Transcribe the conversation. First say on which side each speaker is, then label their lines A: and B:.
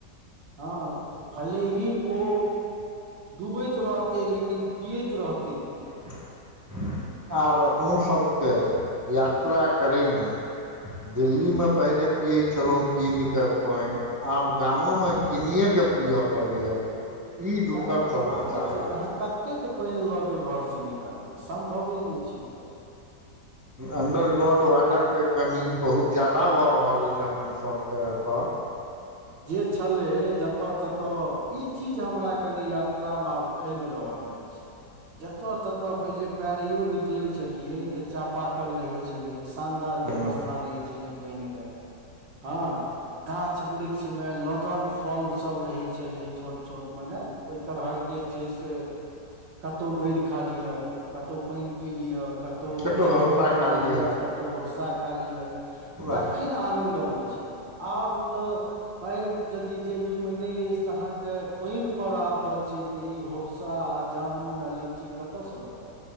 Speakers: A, on the right; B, on the right.
A: हँ तऽ भले ही ओ दुबई तऽ रहतै लेकिन पियैत रहतै पाइन
B: <unintelligible> आब अपनो सब केँ यात्रा करय में दिल्ली में पहिने पियै छलौ कीन कऽ पाइ आब गामो म कीनिये के पीयऽ पड़ैये पानि ई दुखद
A: यात्रा मे
B: समाचार
A: होइते छैय
B: अछि
A: तहाँक कतेक पानि लऽ के घर से निकलबै सम्भवे नहि छैय
B: अंडरग्राउंड वाटरके
A: आ
B: कमी बहुत ज्यादा भऽ रहल अछि हम सबके एतऽ
A: जे छलै जतऽ ततऽ ई चीज हमरा कनि यात्रा मे आब खगि रहल अछैय जतऽ ततऽ पहिले पैरैयो निकलै छलियै तऽ चापाकल रहै छलै शानदार व्यवस्था
B: एतऽ
A: रहै छलै पानि के हँ गाछ गाछ वृक्ष मे लदल फल सब रहय छलै छोट छोट माने तरहक जे छैय से कतहु बैर खा लिय कतौ पानि पी लिय क तौ
B: कतौ
A: जामुन
B: हौसा
A: पड़ल
B: खा लिअ
A: अछि कतौ होरसा खाली यऽ
B: वाह
A: तखन आनन्द अबै आब तऽ पाइ यदि जेबीमे नहि अछि तऽ अहाँके पानि पर आफत छैय तऽ ई होरसा आ जामुन आ लीची कतऽ से भेटत